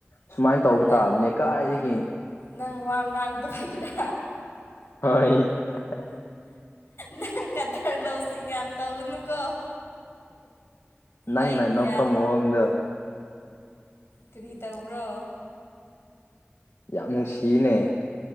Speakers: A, on the left; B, on the left.
A: ꯁꯨꯃꯥꯏꯅ ꯇꯧꯕ
B: ꯅꯪ
A: ꯇꯥꯔꯅꯦ ꯀꯥꯏꯒꯦ
B: ꯅꯪ ꯋꯥ ꯉꯥꯡꯗꯕꯒꯤꯔꯥ
A: ꯍ <unintelligible> <inaudible>
B: ꯅꯪ ꯀꯗꯔ ꯂꯧꯁꯤꯡ ꯀ ꯌꯥꯝ ꯇꯧꯒꯅꯨꯀꯣ
A: ꯅꯪ
B: ꯑꯩ
A: ꯅ
B: ꯒ꯭ꯌꯥꯟ
A: ꯅꯨꯄ ꯃꯑꯣꯡꯗ
B: ꯀꯔꯤ ꯇꯧꯕ꯭ꯔꯣ
A: ꯌꯥꯝ ꯅꯨꯡꯁꯤꯅꯦ